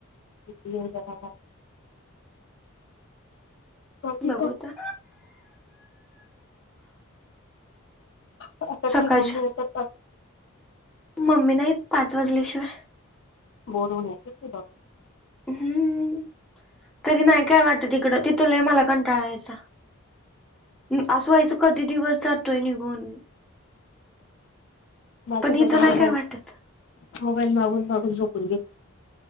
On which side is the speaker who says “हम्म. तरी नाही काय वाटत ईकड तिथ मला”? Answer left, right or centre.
Centre